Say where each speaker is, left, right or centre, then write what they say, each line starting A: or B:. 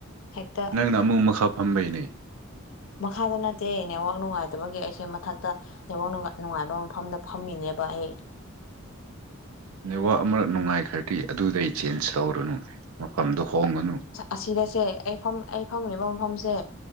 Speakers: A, on the left; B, on the right.
A: ꯍꯦꯛꯇ
B: ꯅꯪꯅ ꯑꯃꯨꯛ ꯃꯈꯥ ꯐꯝꯕꯩꯅꯦ
A: ꯃꯈꯥꯗ ꯅꯠꯇꯦ ꯅꯦꯋꯥꯛ ꯅꯨꯡꯉꯥꯏꯇꯕꯒꯤ ꯑꯩꯁꯦ ꯃꯊꯛꯇ ꯅꯦꯋꯥꯛ ꯅꯨꯡꯉꯥꯏꯕ ꯃꯐꯝꯗ ꯐꯝꯃꯤꯅꯦ ꯂꯩꯕ ꯑꯩ
B: ꯅꯦꯠꯋꯥꯛ ꯑꯃꯔꯛ ꯅꯨꯡꯉꯥꯏꯈ꯭ꯔꯗꯤ ꯑꯗꯨꯗꯩ ꯆꯦꯟꯖ ꯇꯧꯔꯨꯅꯨ ꯃꯐꯝꯗꯣ ꯍꯣꯡꯉꯅꯨ
A: ꯑꯁꯤꯗꯁꯦ ꯑꯩ ꯑꯩ ꯐꯝꯃꯤꯕ ꯃꯐꯝꯁꯦ